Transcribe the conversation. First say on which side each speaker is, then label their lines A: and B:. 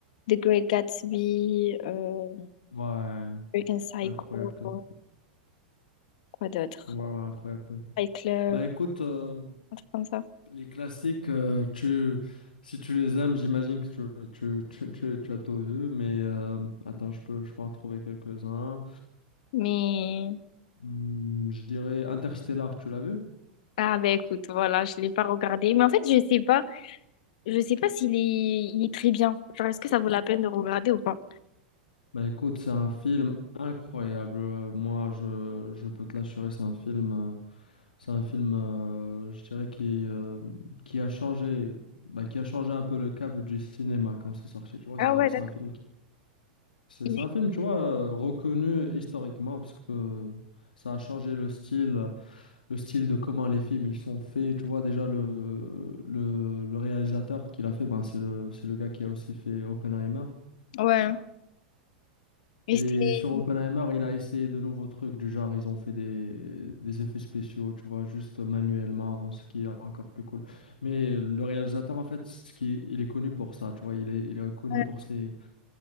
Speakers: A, on the left; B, on the left.
A: The Great Gatsby, euh,
B: Ouais,
A: American Psycho,
B: incroyable. comme
A: quoi d'autre?
B: Ouais, ouais, incroyable comme film.
A: Fight Club,
B: Ben écoute, euh,
A: un truc comme ça.
B: les classiques, euh, tu, si tu les aimes, j'imagine que tu, tu, tu, tu, tu as tout vu, mais euh, attends, je peux, je peux en trouver quelques-uns.
A: Mais
B: Hmm, je dirais Interstellar, tu l'as vu?
A: ah ben écoute, voilà, je l'ai pas regardé. Mais en fait, je sais pas, je sais pas s'il est, il est très bien. Genre, est-ce que ça vaut la peine de regarder ou pas?
B: Ben écoute, c'est un film incroyable. Euh, Moi, je, je peux te l'assurer, c'est un film, euh, c'est un film, euh, je dirais, qui, euh, qui a changé, ben, qui a changé un peu le cap du cinéma quand c'est sorti. Tu vois,
A: Ah
B: c'est
A: ouais,
B: c'est
A: d'accord.
B: un film qui C'est
A: Il
B: c'est
A: est-
B: un film, tu vois, euh, reconnu historiquement parce que euh, ça a changé le style, le style de comment les films ils sont faits. Tu vois, déjà le, le, le réalisateur qui l'a fait, ben, c'est le, c'est le gars qui a aussi fait Oppenheimer.
A: Ouais. et
B: Et
A: c'était...
B: sur Oppenheimer, il a essayé de nouveaux trucs du genre, ils ont fait des, des effets spéciaux, tu vois, juste manuellement, ce qui est encore plus cool. Mais le réalisateur, en fait, ce qui il est connu pour ça, tu vois, il est, il est connu
A: Ouais,
B: pour ses,